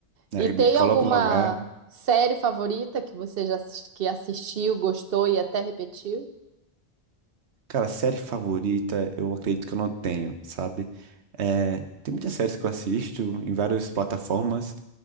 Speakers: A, on the right; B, on the right.
A: né,
B: E tem
A: me coloca
B: alguma
A: no lugar.
B: série favorita que você já assis- que assistiu, gostou e até repetiu?
A: Cara, série favorita, eu acredito que eu não tenho, sabe? É, tem muitas séries que eu assisto em várias plataformas,